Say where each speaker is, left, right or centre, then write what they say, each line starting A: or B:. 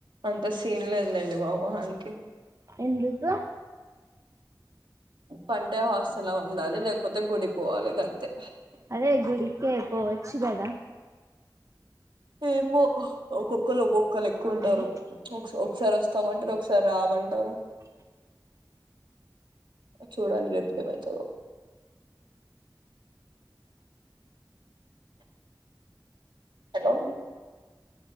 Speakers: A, on the right; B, on the right.
A: అంత సీన్ లేదులేండి మా మొహానికి.
B: ఎందుకు.
A: పంటే హాస్టల్లో పండాలి లేకపోతే గుడికిపోవాలి గంతే.
B: అదే గుడికే పోవచ్చు కదా.
A: ఏమో ఒక్కకళ్ళు ఒకలెక్క
B: ఆ
A: ఉంటారు ఒక్ ఒకసారి వస్తామంటారు ఒకసారి రామ్. అంటారు.
B: బ్లాంక్
A: చూడాలి రేప్ ఏమైతాదో. Hello